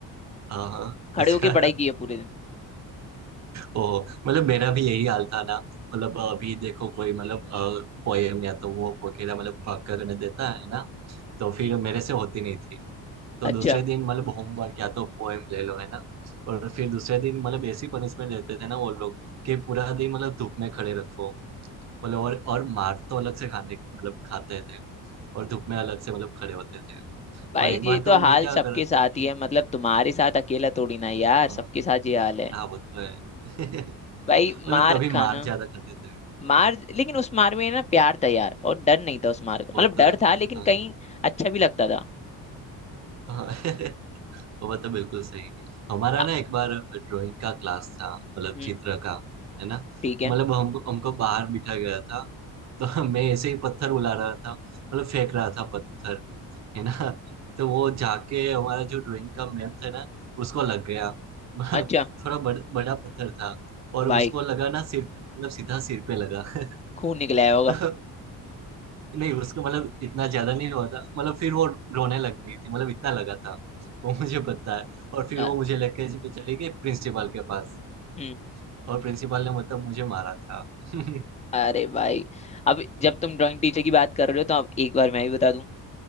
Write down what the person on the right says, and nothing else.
हाँ हाँ,
अच्छा
ओ मतलब मेरा भी यही हाल था ना मतलब अभी देखो कोई मतलब पोएम या तो वो वगैरह मतलब पक करने देता है ना तो फिर
मेरे से होती नहीं थी तो
दूसरे दिन मतलब होमवर्क या तो पोएम ले लो है ना और फिर दूसरे दिन मतलब ऐसी पनिशमेंट देते थे ना वो लोग कि पूरा दिन मतलब धूप में खड़े रखो मतलब और और मार तो अलग से खाने मतलब खाते थे और धूप में अलग से मतलब खड़े होते थे
और एक
बार तो
मैं क्या
कर रहा
था कि
हाँ
हाँ
हाँ, वो तो है <laughs> मतलब
तभी
मार ज्यादा खाते थे
हाँ
वो
तो
है।
हाँ
हाँ, <laughs> वो तो बिल्कुल सही है हमारा
ना एक बार ड्राइंग का क्लास था मतलब
चित्र का है ना
मतलब हमको हमको बाहर बिठा गया था तो मैं ऐसे ही पत्थर उला रहा था मतलब फेंक रहा था पत्थर है ना <laughs> तो वो जाके हमारा जो ड्राइंग का मैम था ना उसको लग गया <laughs>
थोड़ा बड़, बड़ा पत्थर था और
उसको लगा ना सिर मतलब सीधा सिर पे लगा
<laughs>
तो नहीं उसको मतलब इतना ज्यादा नहीं हुआ था मतलब फिर वो रोने लग गई थी मतलब इतना लगा था वो मुझे पता है और फिर
वो मुझे लेके जी- चली गई प्रिंसिपल के पास
और प्रिंसिपल ने मतलब मुझे मारा था <laughs>